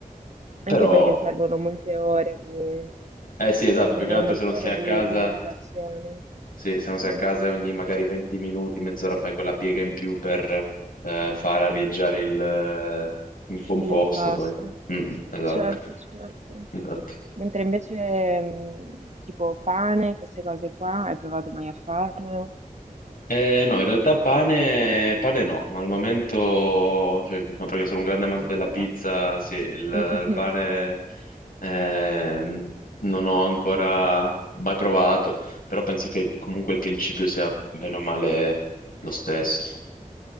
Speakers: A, on the right; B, on the left.
A: Anche
B: Però
A: perché servono molte ore di,
B: eh sì, esatto,
A: servono
B: più che altro
A: molte
B: se non
A: ore
B: sei a
A: di,
B: casa,
A: di lievitazione,
B: sì, se non sei
A: Mm,
B: a casa ogni magari 20 minuti, mezz'ora fai quella piega in più per eh, far arieggiare il, eh, il composto
A: l'impasto.
B: poi. Mm, mm, esatto,
A: Certo, certo.
B: esatto.
A: Mentre invece mm, tipo pane, queste cose qua, hai provato mai a farlo?
B: Eh, no, in realtà pane, pane no, ma al momento, cioè, ma perché sono un grande amante
A: Ti manca.
B: della pizza, sì, il,
A: Mm, <laughs>
B: il
A: mm.
B: pane ehm, non ho ancora mai provato, però penso che comunque il principio sia bene o male lo stesso.